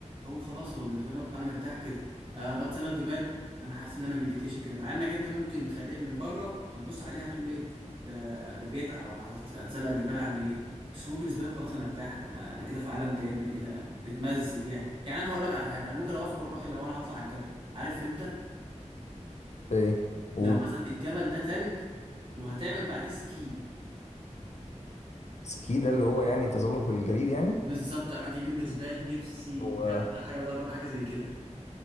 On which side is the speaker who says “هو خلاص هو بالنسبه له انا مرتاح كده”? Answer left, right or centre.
Right